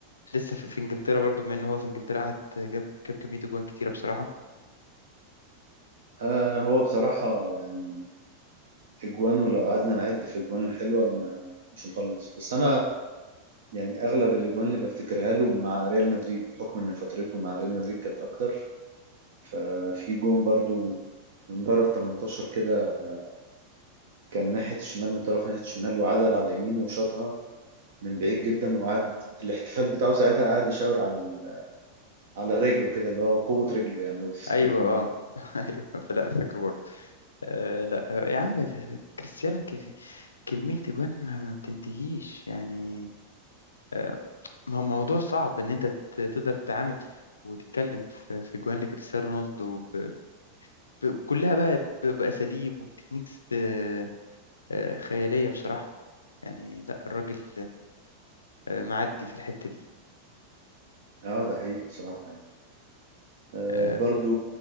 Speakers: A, on the left; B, on the right.
A: لسه في في انجلترا برضو بما ان هو في انجلترا قعد جاب جاب كمية جوان كتيرة بصراحة
B: آه، هو بصراحة يعني اجوان ولو قعدنا نعد في اجوان الحلوه ما مش هنخلص بس انا يعني اغلب الاجوان اللي بفتكرها له مع ريال مدريد بحكم ان فترته مع ريال مدريد كانت اكتر ففي جون برضو من بره ال 18 كده كان ناحيه الشمال من طرف ناحيه الشمال وعدل على يمينه وشاطها من بعيد جدا وقعد الاحتفال بتاعه ساعتها قعد يشاور على ال... على رجله كده اللي هو قوه رجله يعني لو تفتكر
A: ايوه
B: الجون
A: اه
B: ده
A: <laughs> ايوه فلا فاكره برضو آه لا آه، يا عم كريستيانو كر- كمية جوان ما ما بتنتهيش يعني آه، مو- موضوع صعب ان انت ت- تقدر تتعامل وتتكلم في في جوان لكريستيانو رونالدو ب- ب- كلها بقى ب- بأساليب وبتكنيكس آه، آه، خيالية بصراحة يعني لا الراجل آه، معدي في الحتة دي
B: اه ده حقيقي بصراحه يعني آه
A: آه،
B: برضو